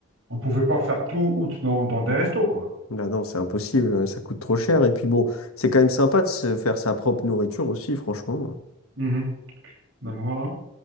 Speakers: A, on the right; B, on the left.
A: on pouvait pas faire tout août dans, dans des restos, quoi.
B: bah non, c'est impossible, hein, ça coûte trop
A: Ouais.
B: cher. Et puis bon, c'est quand même sympa de se faire sa propre nourriture aussi, franchement.
A: Mhm. Donc voilà.